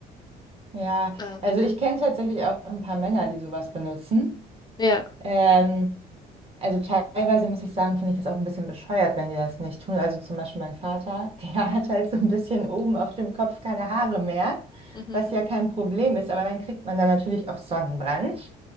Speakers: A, on the right; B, on the left.
A: Ja,
B: Ähm,
A: also ich kenne tatsächlich auch ein paar Männer, die sowas benutzen.
B: ja,
A: Ähm, also teilweise muss ich sagen, finde ich das auch ein bisschen bescheuert, wenn die das nicht tun. Also zum Beispiel mein Vater, <laughs> der hat halt so ein bisschen oben auf dem Kopf keine Haare mehr,
B: mhm,
A: was ja kein Problem ist, aber dann kriegt man dann natürlich auch Sonnenbrand.